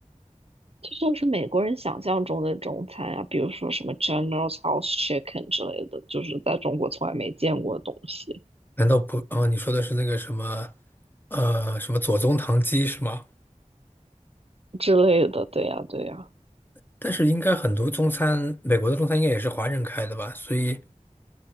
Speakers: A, on the right; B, on the left.
A: 这就是美国人想象中的中餐啊，比如说什么 General House Chicken 之类的，就是在中国从来没见过的东西
B: <laughs> 难道不？哦，你说的是那个什么，呃，什么左宗棠鸡是吗？
A: 之类的。对呀，对呀，
B: 但是应该很多中餐，美国的中餐应该也是华人开的吧？所以，